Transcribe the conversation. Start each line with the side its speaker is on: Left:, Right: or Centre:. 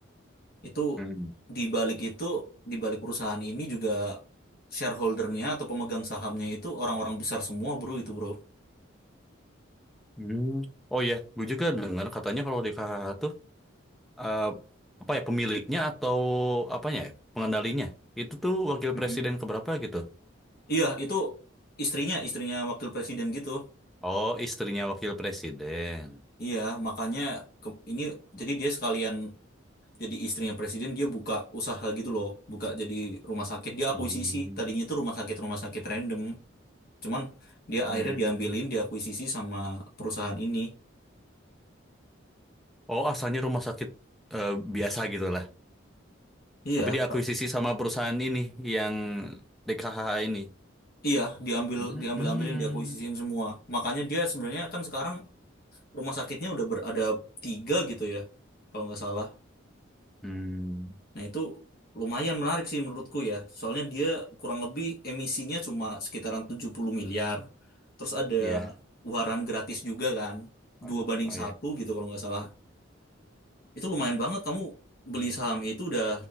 Left: itu
Centre: Hmm.
Left: di balik itu di balik perusahaan ini juga shareholdernya atau pemegang sahamnya itu orang-orang besar semua bro itu bro.
Centre: Hmm. Oh iya, gue juga dengar katanya kalau DKHH tuh eh, apa ya pemiliknya atau apanya ya, pengendalinya itu tuh wakil
Left: Mm-mm.
Centre: presiden keberapa gitu
Left: Iya itu istrinya istrinya wakil presiden gitu.
Centre: oh istrinya wakil presiden
Left: Iya makanya ke- ini jadi dia sekalian jadi istrinya presiden dia buka usaha gitu loh buka jadi rumah sakit dia
Centre: Hmm.
Left: akuisisi tadinya itu rumah sakit rumah sakit random cuman dia akhirnya
Centre: Hmm.
Left: diambilin diakuisisi sama perusahaan ini
Centre: oh asalnya rumah sakit eh, biasa gitu lah
Left: iya
Centre: tapi diakuisisi sama perusahaan ini yang DKHH ini
Left: iya diambil
Centre: Hmm.
Left: diambil ambilin diakuisisiin semua makanya dia sebenarnya kan sekarang rumah sakitnya udah ber, ada tiga gitu ya kalau nggak salah
Centre: Hmm.
Left: Nah, itu lumayan menarik sih menurutku ya. Soalnya dia kurang lebih emisinya cuma sekitaran 70 miliar. Terus ada
Centre: Iya
Left: waran gratis juga kan.
Centre: oh
Left: Dua
Centre: ya
Left: banding
Centre: oh ya.
Left: satu gitu kalau nggak salah. Itu lumayan banget kamu beli saham itu udah